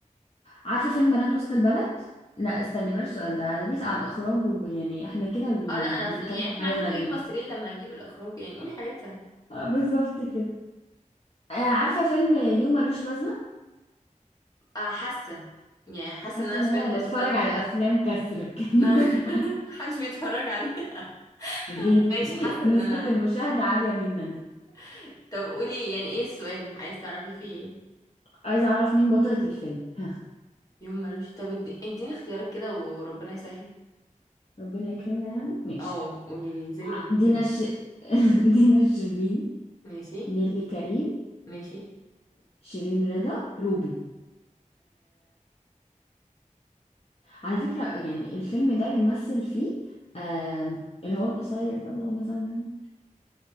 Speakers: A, on the left; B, on the left.
A: عارفة فيلم بنات وسط البلد؟ لا استني بلاش السؤال ده ده بيسأل على الإخراج ويعني احنا كده بن...
B: اه لا انا
A: بنتكلم
B: في... يعني احنا
A: في حاجات
B: عارفين
A: غريبة
B: نجيب ممثلين لما نجيب الاخراج يعني قولي حاجات سهله
A: آه بالظبط كده آه عارفة فيلم يوم ملوش لازمة؟
B: آه، حاسه يعني حاسه
A: حاسة
B: ان انا
A: ان
B: سمعت
A: انا
B: الاسم
A: بتفرج
B: ده قبل
A: على
B: كده
A: افلام كسر بجد
B: <laughs> محدش بيتفرج عليه
A: <laughs>
B: <laughs>
A: غيري
B: ماشي حاسه
A: نسبة
B: ان انا
A: المشاهدة عالية مننا
B: <laughs> طب قولي يعني ايه السؤال عايز تعرفي فيه ايه
A: عايزة اعرف مين بطلة الفيلم ها
B: يوم ملوش طب ادي- اديني اختيارات كده وربنا يسهل
A: ربنا يكرمنا يعني ماشي
B: اه قولي لي انزلي بالاختيارات
A: دينا ش... <laughs> دينا الشربيني
B: ماشي
A: نيلي كريم
B: ماشي
A: شيرين رضا روبي على فكرة يعني الفيلم ده كان مثل فيه آه اللي هو القصير ده اللهم صل على النبي.